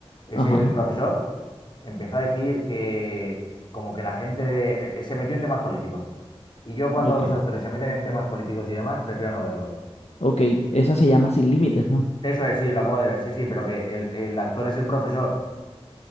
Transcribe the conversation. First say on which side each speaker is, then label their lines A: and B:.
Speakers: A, on the left (about 50°); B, on the left (about 80°).
A: es
B: ajá,
A: el profesor, empezó a decir que como que la gente de- eh, se metió en temas políticos. Y yo cuando
B: ok,
A: los actores se meten en temas políticos y demás, prefiero no verlos.
B: ok. Esa se llama Sin Límites, ¿no?
A: Eso es, sí, lo acabo de ver, sí, sí, pero que el, el actor es el profesor